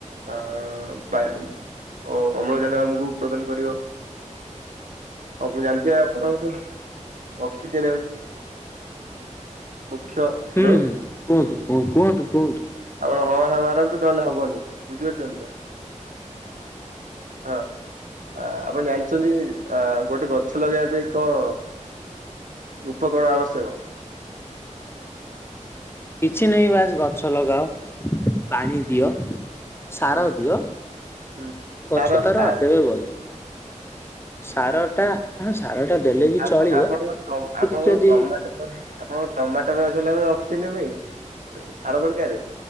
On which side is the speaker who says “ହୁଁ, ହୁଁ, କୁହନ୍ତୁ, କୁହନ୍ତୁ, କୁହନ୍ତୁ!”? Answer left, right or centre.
Left